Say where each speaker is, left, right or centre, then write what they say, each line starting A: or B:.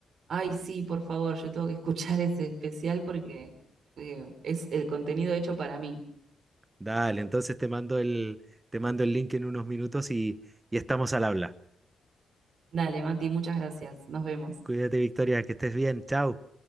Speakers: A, on the right; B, on the right.
A: Ay, sí, por favor, yo tengo que escuchar <laughs> ese especial porque eh, es el contenido hecho para mí.
B: Dale, entonces te mando el, te mando el link en unos minutos y, y estamos al habla.
A: Dale, Mati, muchas gracias. Nos vemos.
B: Cuídate, Victoria, que estés bien. Chao.